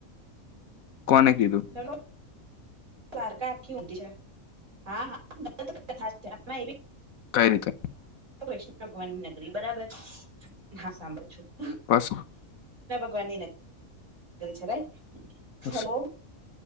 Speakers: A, on the left; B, on the right.
A: કોને કીધું
B: તમને દ્વારકા આખી ઉંધી છે હા હા ગત <unintelligible> કથા છેમાં એવી
A: કઈ રીતે
B: વૈષ્ણ ભગવાન ન બરાબર હા સંભણ છું
A: બસ
B: બન્ને ને <unintelligible> છે રાઈટ
A: પસ
B: હલો